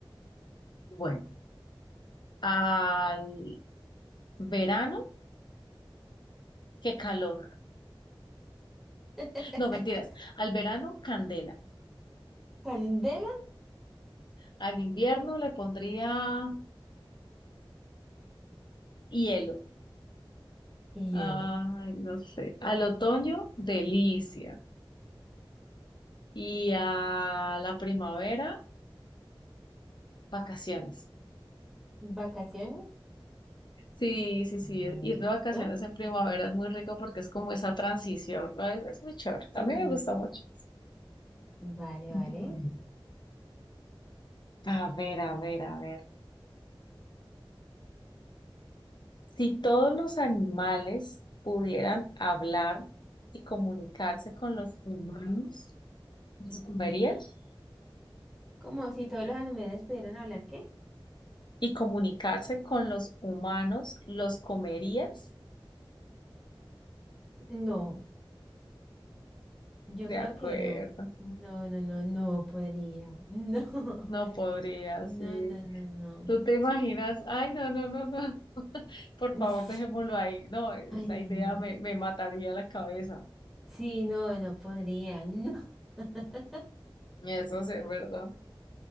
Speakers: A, on the left (about 55°); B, in the centre.
A: Bueno, al verano, qué calor.
B: <laughs>
A: No, mentiras. Al verano, candela.
B: Candela
A: Al invierno le pondría hielo.
B: y
A: Ay,
B: hielo.
A: no sé. Al otoño, delicia. Y a la primavera, vacaciones.
B: ¿Vacaciones?
A: Sí, sí, sí.
B: Listo.
A: Ir de vacaciones en primavera es muy rico porque es como esa transición, ¿no? Es, es muy chévere. A
B: Ujú.
A: mí me gusta mucho.
B: Vale,
A: Bueno,
B: vale.
A: A ver, a ver, a ver. Si todos los animales pudieran hablar y comunicarse con los humanos, ¿los comerías?
B: Como si todos los animales pudieran hablar, ¿qué?
A: ¿Y comunicarse con los humanos, los comerías?
B: No, yo
A: De
B: creo
A: acuerdo.
B: que no. No, no, no, no podría. <laughs> No.
A: No podría,
B: No,
A: sí.
B: no, no, no.
A: ¿Tú te imaginas? Ay, no, no, no, no. Por
B: <laughs>
A: favor, dejémoslo ahí. No, esa
B: Ay,
A: idea
B: no.
A: me, me mataría la cabeza.
B: Sí, no, no podría. No. <laughs>
A: Eso sí es verdad.